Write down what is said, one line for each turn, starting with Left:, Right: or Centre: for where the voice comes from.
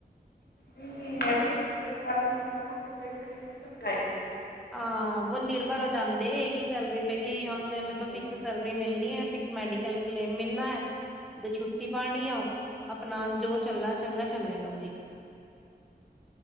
Left: ਨਹੀਂ ਇਹ ਹੈ ਬਸ ਸਰਕਾਰੀ ਨੌਕਰੀ ਕੋ ਬੈਠੇ ਰਹੇਗੇ ਤਾਂ ਪ੍ਰਾਈਵੇਟ
Centre: ਹਾਂ ਵ ਨਿਰਭਰ ਹੋ ਜਾਂਦੇ ਇਹ
Left: ਹਾਂਜੀ
Centre: ਕੀ ਸੈਲਰੀ ਪਏਗੀਮਂ ਤੋਂ
Left: ਹਾਂਜੀ
Centre: ਫਿਕਸ ਸੈਲਰੀ ਮਿਲਣੀ ਏ। ਫਿਕਸ ਮੈਡੀਕਲ ਕਲੇਮ ਮਿਲਣਾ ਏ। ਤੇ ਛੁੱਟੀ ਪਾਉਣੀ ਆ ਆਪਣਾ ਜੋ ਚੱਲਲਾ ਚੰਗਾ ਚੱਲਣਾ ਦੋ ਜੀ